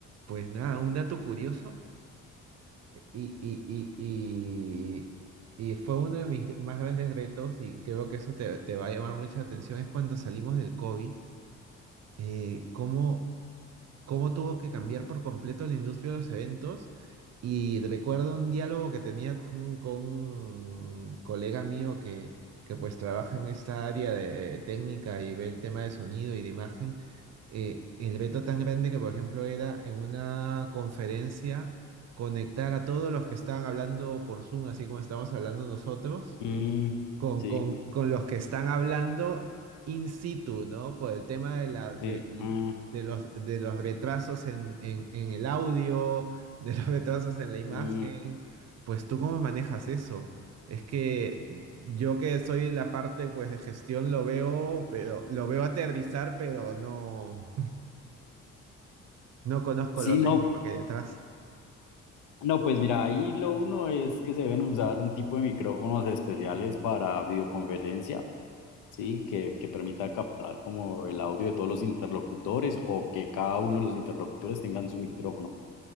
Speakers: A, on the right; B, on the left.
A: pues nada, un dato curioso y, y, y, y, y fue uno de mis más grandes retos y creo que eso te, te va a llamar mucha atención es cuando salimos del COVID. eh, cómo, cómo tuvo que cambiar por completo la industria de los eventos. Y recuerdo un diálogo que tenía con, con un colega mío que, que pues trabaja en esta área de eh, técnica y ve el tema de sonido y de imagen. eh, el veto tan grande que, por ejemplo, era en una conferencia conectar a todos los que estaban hablando por Zoom, así como estamos hablando nosotros
B: Mm,
A: con,
B: sí,
A: con- con los que están hablando in situ, ¿no? Por el tema de, la, del-
B: sí. ah,
A: de, los, de los retrasos en, en, en el audio, de los <laughs> retrasos en la imagen.
B: mm.
A: Pues tú cómo manejas eso? Es que yo que soy la parte pues de gestión lo veo, pero lo veo aterrizar, pero no, <laughs> no conozco
B: Sí,
A: lo técnico
B: no,
A: que hay detrás.
B: no, pues mira, ahí lo uno es que se deben usar un tipo de micrófonos especiales para videoconferencia, sí, que, que permita captar como el audio de todos los interlocutores o que cada uno de los interlocutores tengan su micrófono.